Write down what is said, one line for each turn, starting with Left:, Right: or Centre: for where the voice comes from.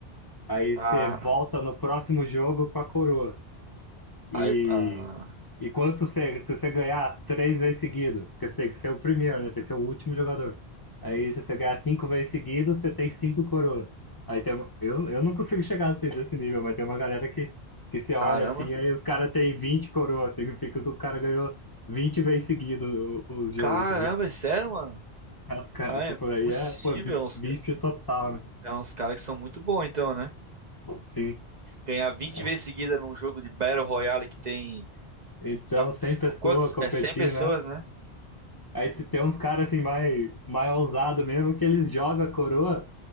Left: Aí
Right: Ah,
Left: você volta no próximo jogo com a coroa.
Right: aí,
Left: E
Right: ah.
Left: e quanto você, se você ganhar três vezes seguido, porque você tem que ser o primeiro, né? Tem que ser o último jogador. Aí se você ganhar cinco vezes seguido, você tem cinco coroas. Aí tem, um- eu, eu não consigo chegar assim nesse nível, mas tem uma galera que, que você
Right: Caramba.
Left: olha assim, aí os caras têm 20 coroas, significa que o cara ganhou 20 vezes seguido o, o jogo,
Right: Caramba,
Left: tá ligado? <laughs>
Right: é sério, mano?
Left: Aí Os cara,
Right: Ah, é
Left: tipo, aí
Right: possível.
Left: é, pô, vis-
Right: É uns,
Left: vício
Right: ca-
Left: total, né?
Right: é uns caras que são muito bons, então, né?
Left: Sim.
Right: Ganhar vinte
Left: é.
Right: vezes seguida num jogo de Battle Royale que tem,
Left: Então,
Right: sabe,
Left: 100
Right: c-
Left: pessoas
Right: quantos?
Left: competindo,
Right: É cem pessoas,
Left: né?
Right: né?
Left: Aí te- tem uns caras assim mais, mais ousado mesmo que eles jogam a coroa